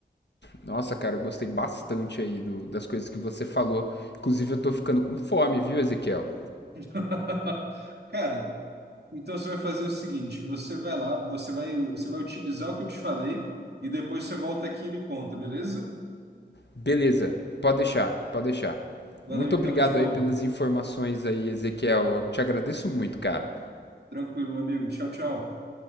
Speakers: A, on the left; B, on the right.
A: Nossa, cara, eu gostei bastante aí do- das coisas que você falou. Inclusive, eu tô ficando com fome, viu, Ezequiel?
B: <laughs> Cara, então você vai fazer o seguinte, você vai lá, você vai você vai utilizar o que eu te falei e depois você volta aqui e me conta, beleza?
A: Beleza, pode deixar, pode deixar.
B: Valeu
A: Muito
B: então,
A: obrigado
B: João.
A: aí pelas informações aí, Ezequiel. Eu te agradeço muito, cara.
B: Tranquilo, meu amigo. Tchau, tchau.